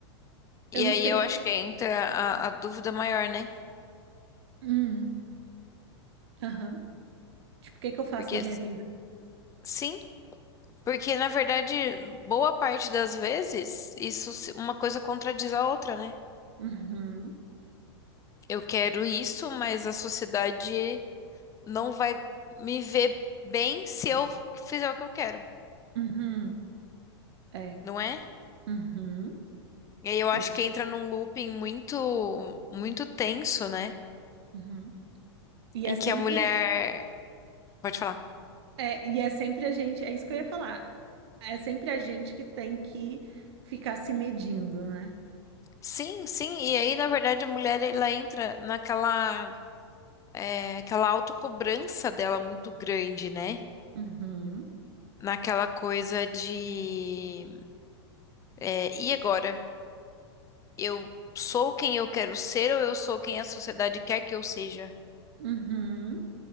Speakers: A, on the right (about 65°); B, on the left (about 20°).
A: Eu
B: E
A: não
B: aí
A: sei.
B: eu acho que entra a, a dúvida maior, né?
A: Hum, aham. Tipo, o que é que eu faço
B: Porque,
A: da minha vida?
B: sim, porque na verdade, boa parte das vezes, isso se- uma coisa contradiz a outra, né?
A: Uhum,
B: Eu quero isso, mas a sociedade não vai me ver bem se eu fizer o que eu quero,
A: uhum, é,
B: não é?
A: uhum,
B: E aí eu acho
A: exa-
B: que entra num looping muito, muito tenso, né?
A: uhum. E
B: Em
A: é sempre,
B: que a mulher. Pode falar.
A: é, e é sempre a gente, é isso que eu ia falar. É sempre a gente que tem que ficar se medindo, né?
B: Sim, sim, e aí na verdade a mulher ela entra naquela é, aquela autocobrança dela muito grande, né?
A: Uhum,
B: Naquela coisa de é, e agora? Eu sou quem eu quero ser ou eu sou quem a sociedade quer que eu seja,
A: uhum,